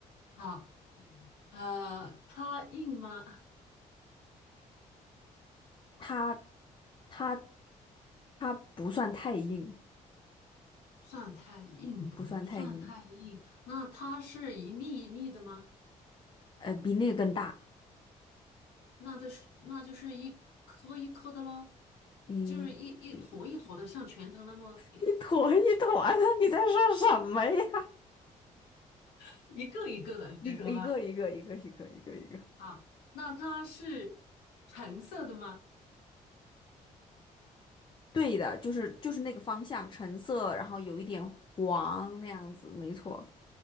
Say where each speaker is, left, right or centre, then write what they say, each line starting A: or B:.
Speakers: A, on the left (about 80°); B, on the left (about 30°).
A: 好。呃，它硬吗？
B: 它它它不算太硬，
A: 算太硬，
B: 嗯，
A: 不算太硬。
B: 不算太硬，
A: 那它是一粒一粒的吗？
B: 呃，比那个更大，
A: 那都是，那就是一颗一颗的喽，
B: 一比
A: 就是一一坨一坨的，像拳头那么一
B: 一坨一坨的，你在说什么呀？
A: <laughs> 一个一个的，应该说哈。
B: 一个一个一个一个一个一个一个，
A: 好，那它是橙色的吗？
B: 对的，就是就是那个方向，橙色，然后有一点黄那样子，没错，
A: 啊。